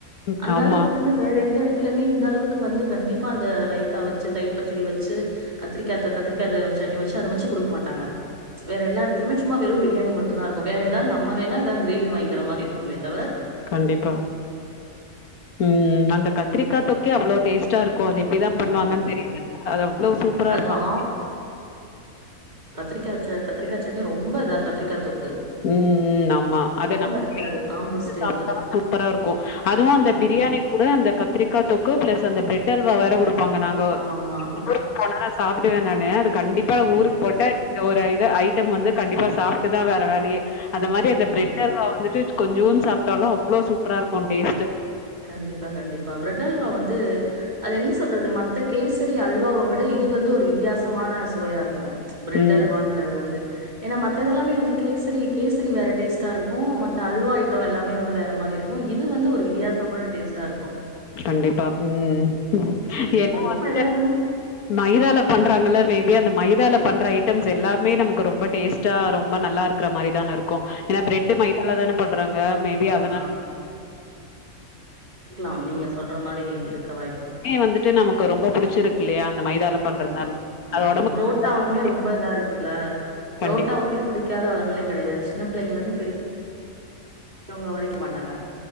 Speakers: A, on the left; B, on the right.
A: ம்.
B: அந்த
A: ஆமா.
B: அளவுக்கு வந்து வேற எந்த எட திலமே இந்த அளவுக்கு வந்து கண்டிப்பா அந்த ரைத்தா வெச்சு தயிர் பச்சடி வெச்சு கத்திரிக்கா தொக்க கத்திரிக்காது சட்னி வெச்சு அத வெச்சு குடுக் மாட்டாங்க வேற எல்லா எடத்துலுமே சும்மா வெறு பிரியாணி மட்டுந்தா இருக்கு வேற எதாவ் நம்ம வேணா எதாவ் கிரேவி வாய்ங்கிற மாரி இருக்குமே தவர
A: கண்டிப்பா ம் அந்த கத்திரிக்கா தொக்கே அவ்ளோ டேஸ்ட்டாரு க்கு அது எப்டிதா
B: கண்டிப்பா,
A: பண்ணுவாங்கன்
B: கண்டிப்பா.
A: தெரில அது அவ்ளோ சூப்பராருக்கு
B: அதுவும்
A: அ
B: க்காச்ச கத்திரிக்கா சட்னி ரொம்ப இதாரு கத்திரிக்கா தொ
A: ம் ம் ஆம்மா அத நா
B: இருக்காது.
A: வீ <inaudible>
B: ஆம்பூர் ஸ்டைல்ல.
A: சாப்ட்டா சூப்பரா இருக்கு அதுவு அந்த
B: கண்டிப்பா.
A: பிரியாணிக் கூட அந்த கத்திரிக்கா தொக்கு ப்ளஸ் அந்த பிரெ ட்டல்வா வேற குடுப்பாங்க நாங்கோ
B: ஆமா.
A: <inaudible> ஊருக்கு போனா சாப்டுவே நானு அது கண்டிப்பா ஊருக்கு
B: கண்டிப்பா.
A: போட்டா இந்த ஒரு இது ஐட்டம் வந்து கண்டிப்பா சாப்ட்டுதா வேற வே அந்த மாரி அந்த
B: ம்.
A: பிரெட் அல்வா வந்துட்டு கொஞ்சூண் சாப்டாலு அவ்ளோ சூப்பராருக்கு டேஸ்ட்டு
B: கண்டிப்பா கண்டிப்பா பிரெட் அல்வா வந்து அது என்ன சொல்றது மத்த கேசரி அல்வாவ விட இ இது வந்து ஒரு வித்தியாசமான சுவையாருக்கு பிரெட்
A: ம்
B: அல்வான்றது வந்து ஏனா மத்ததெல்லாமே வந்து கேசரி கேசரி வேற டேஸ்ட்டாருக்கு மத்த அல்வா ஐட்டோ எல்லாமே வந்து வேற மாரி இருக்கு இது வந்து ஒரு வித்தியா த்தமான டேஸ்ட்டா இருக்கு
A: கண்டிப்பா ம்
B: கண்டிப்பா.
A: என்னா
B: இப்ப
A: வந்ட்டு
B: எல்லாருமே
A: மைதால பண்றாங்கள்ல மேபி அந்த மைதால பண்ற ஐட்டம்ஸ் எல்லாமே நமக்கு ரொம்ப டேஸ்ட்டா ரொம்ப நல்லா இருக்கற மாரிதான இருக்கு ஏனா பிரெட்டு மைதால தான பண்றாங்க மேபி அதனால
B: ஆ
A: <inaudible>
B: ஆம் நீங்க சொல்ற மாரி இருக்க வாய்ப்பிரு
A: வந்துட்டு நமக்கு ரொம்ப புடிச்சிருக்கு இல்லையா அந்த மைதால பண்றதுனால
B: ஆமா
A: அது
B: ம்
A: உடம்புக்கு
B: புரோட்டாவுமே ரொம்ப இதா இருக்குல்ல புரோட்டாவுமே
A: கண்டி
B: பிடிக்காத ஆளுங்களே கெடையாது சின்ன புள்ளைங்கலருந்து பெரி யவங்க வரைக்கி மாட்டாங்க